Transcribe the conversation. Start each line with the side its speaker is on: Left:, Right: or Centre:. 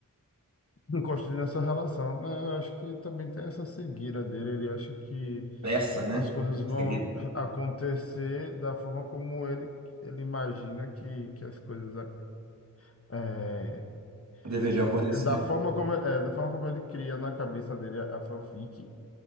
Left: Não construindo essa relação. Né, Eu acho que também tem essa cegueira dele. Ele acha que
Right: pressa, né?
Left: as coisas vão
Right: Conseguir
Left: acontecer da forma como ele, ele imagina que, que as coisas a- é,
Right: deveria
Left: que-
Right: acontecer.
Left: da forma como é, da forma como ele cria na cabeça dele a, a fanfic,